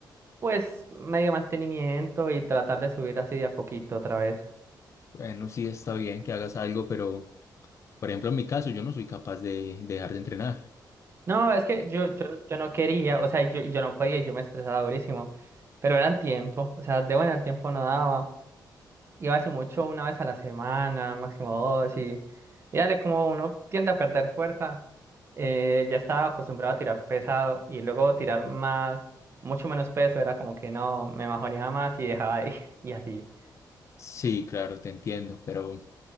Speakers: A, on the right; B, on the left.
A: pues medio mantenimiento y tratar de subir así de a poquito otra vez.
B: Bueno, sí está bien que hagas algo, pero, por ejemplo, en mi caso, yo no soy capaz de dejar de entrenar.
A: No, es que yo, yo, yo no quería, o sea, yo, yo no podía, yo me estresaba durísimo, pero era el tiempo, o sea, de buena el tiempo no daba, iba así mucho una vez a la semana, máximo dos, y, y dale, como uno tiende a perder fuerza, eh, ya estaba acostumbrado a tirar pesado y luego tirar más, mucho menos peso, era como que no, me mejoreaba más y dejaba de ir, <laughs> y así.
B: Sí, claro, te entiendo, pero